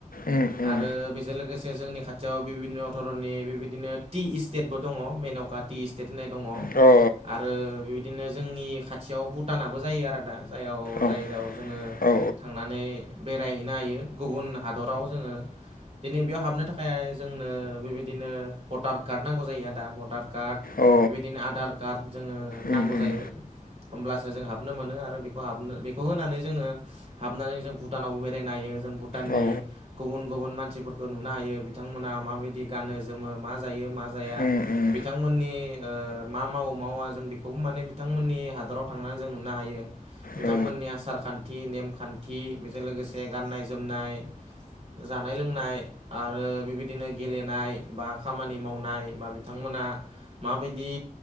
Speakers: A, on the left; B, on the right.
A: उम उम
B: आरो बेजों लोगोसे जोंनि खाथियाव बिभिन्न' धरननि बेबायदिनो टि इस्टेटबो दङ मेन'काट टि स्टेट होननाय दङ।
A: अ औ
B: आरो बेबायदिनो जोंनि खाथियाव भुटानाबो जायो आरो आदा। जायाव जाय
A: औ
B: जायाव जोङो
A: औ
B: थांनानै बे रायहैनो हायो गुबुन हादराव जोङो। दिनै बेयाव हाबनो थाखाय जोंनो बेबायदिनो भटार कार्ड नांगौ जायो आदा भटार कार्ड
A: औ
B: बेबायदिनो आधार कार्ड जोङो
A: उम
B: नांगौ
A: उम
B: जायो होमब्लासो जों हाबनो मोनो आरो बे हाबनो बेखौ होनानै जोङो हाबनानै जों भुटानावबो बेरायनो हायो जों भुटाननि
A: औ
B: गुबुन गुबुन मानसिफोरखौ नुनो हायो बिथांमोना माबायदि गानो जोमो मा जायो मा जाया।
A: उम उम
B: बिथां मोननि ओ मा मावो मावा जों बेखौबो माने बिथांमोननि हादराव थांनानै जों नुनो हायो। बिथांमोननि
A: औ
B: आसार खान्थि नेमखान्थि बेजों लोगोसे गाननाय जोमनाय जानाय- लोंनाय आरो बेबायदिनो गेलेनाय बा खामानि मावनाय बा बिथांमोना माबायदि